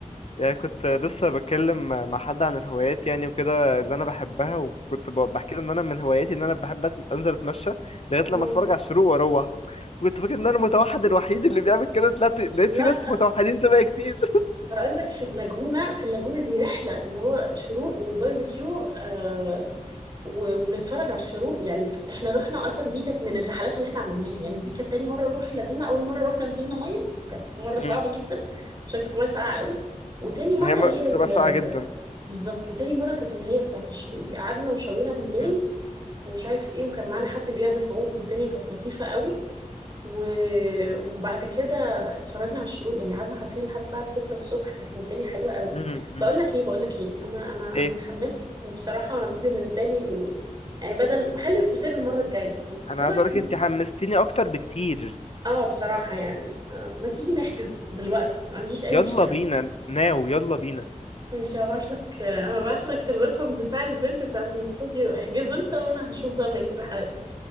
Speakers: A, on the left; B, on the right.
A: يعني كنت لسه بتكلم مع حد عن الهوايات يعني وكده اللي انا بحبها وكنت ب- بحكي له ان انا من هواياتي ان انا بحب أت- انزل اتمشى لغايه
B: مم.
A: لما اتفرج على الشروق واروح وكنت فاكر ان انا المتوحد الوحيد اللي بيعمل كده طلعت لقيت
B: لا
A: في ناس متوحدين شبهي كتير
B: بقول لك في اللاجونة في اللاجونة دي رحلة اللي هو شروق وباربيكيو آه و- وبنتفرج على الشروق يعني احنا رحنا اصلا دي كانت من الرحلات اللي احنا عملناها يعني دي كانت تاني مرة نروح اللاجونة اول مرة رحنا نزلنا مية مرة صعبة
A: امم
B: جدا عشان كانت مية ساقعة قوي وتاني مرة
A: ما هي م-
B: هي
A: بتبقى
B: ال-
A: ساقعه جدا
B: بالظبط وتاني مرة كانت اللي هي بتاعت الشروق دي قعدنا وشوينا بالليل
A: امم
B: ومش عارف ايه وكان معانا حد بيعزف عود والدنيا كانت لطيفة قوي و... وبعد كده اتفرجنا على الشروق يعني قعدنا حرفيا لحد بعد 6 الصبح فكانت الدنيا حلوة قوي
A: امم أمم.
B: بقول لك ايه بقول لك ايه انا انا
A: ايه
B: انا اتحمست وبصراحة دي بالنسبة لي يعني بدل خلي القصير المرة الجاية يعني
A: انا
B: ايه
A: عايز
B: رأيك
A: اقولك
B: نت-
A: انت حمستيني اكتر بكتير
B: اه بصراحة يعني آه، ما تيجي نحجز دلوقتي ما عنديش اي
A: يلا
B: مشكلة
A: بينا ناو يلا بينا
B: ماشي هبعت لك هبعت لك الرقم بتاع البنت بتاعت الاستوديو احجزه انت وانا هشوف بقى بقية الرحلات